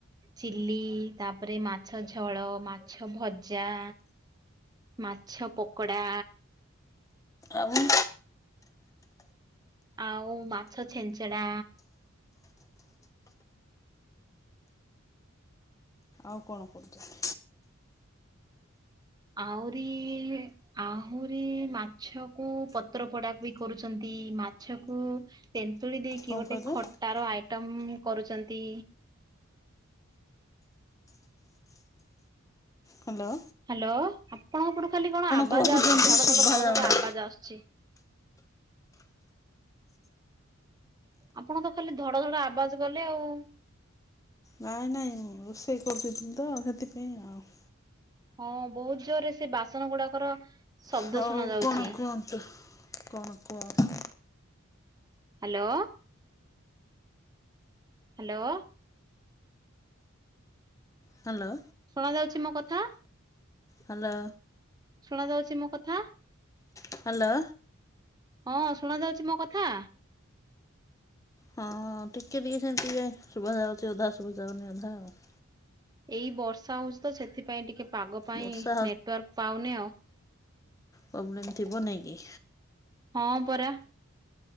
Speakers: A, on the right (about 20°); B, on the left (about 15°).
A: ଚିଲି ତାପରେ ମାଛ ଝୋଳ ମାଛ ଭଜା। ମାଛ ପକୋଡ଼ା।
B: ଆଉୁ
A: ଆଉ ମାଛ ଛେଞ୍ଚଡା।
B: ଆଉ କଣ କରୁଛ?
A: ଆଉରି ଆହୁରି ମାଛ କୁ ପତ୍ର ପୋଡ଼ା ବି କରୁଛନ୍ତି ମାଛକୁ ତେନ୍ତୁଳି ଦେଇକି
B: କଣ
A: ଗୋଟେ
B: କହିଲେ?
A: ଖଟାର ଆଇଟମ କରୁଛନ୍ତି।
B: ହ୍ୟାଲୋ।
A: ହ୍ୟାଲୋ ଆପଣଙ୍କ ପଟୁ ଖାଲି କଣ ଆବାଜ
B: କହୁଛନ୍ତି
A: ଆସୁଛି ଧଡ଼
B: ଶୁଭା
A: - ଧଡ଼ - ଧଡ଼
B: ଯାଉନି।
A: - ଧଡ଼ ଆବାଜ ଆସୁଛି? ଆପଣ ତ ଖାଲି ଧଡ଼ -ଧଡ଼ ଆବାଜ କଲେ ଆଉ।
B: ନାଇଁ ନାଇଁ ମୁଁ ରୋଷେଇ କରୁଥିଲି ତ ସେଥିପାଇଁ ଆଉ।
A: ହଁ ବହୁତ ଜୋରରେ ସେ ବାସନ ଗୁଡ଼ାକର ଶବ୍ଦ
B: ହଉ
A: ଶୁଣ ଯାଉଛି।
B: କଣ କୁହନ୍ତୁ କଣ କୁହ?
A: ହ୍ୟାଲୋ। ହ୍ୟାଲୋ।
B: ହ୍ୟାଲୋ।
A: ଶୁଣ ଯାଉଛି ମୋ କଥା?
B: ହ୍ୟାଲୋ।
A: ଶୁଣ ଯାଉଛି ମୋ କଥା?
B: ହ୍ୟାଲୋ।
A: ହଁ ଶୁଣ ଯାଉଛି ମୋ କଥା?
B: ହଁ ଟିକେ ଟିକେ ସେମିତି ଶୁଭ ଯାଉଛି ଅଧା ଶୁଭ ଯାଉନି ଅଧା ଆଉ।
A: ଏଇ ବର୍ଷା ହଉଛି ତ ସେଥିପାଇଁ ଟିକେ ପାଗ ପାଇଁ
B: ବର୍ଷା
A: ନେଟୱାର୍କ ପାଉନି ଆଉ।
B: ପ୍ରୋବ୍ଲେମ ଥିବ ନାଇଁ କି?
A: ହଁ ପରା।